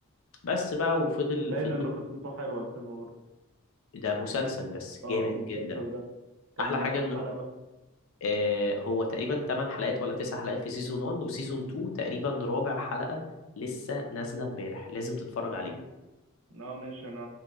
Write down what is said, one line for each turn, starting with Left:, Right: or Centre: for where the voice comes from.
Left: بس بقى وفضل
Right: باين
Left: فضلوا
Right: ان قصته حلوه الفيلم برضه
Left: ده مسلسل بس
Right: اه
Left: جامد
Right: آه، المسلسل
Left: جدا
Right: ده كان
Left: احلى حاجه
Right: كام
Left: ان
Right: حلقه بقى
Left: آه، هو تقريبا 8 حلقات ولا 9 حلقات في سيزون 1 وسيزون 2 تقريبا رابع حلقة لسه نازلة امبارح لازم تتفرج
Right: امم
Left: عليه
Right: اه ماشي انا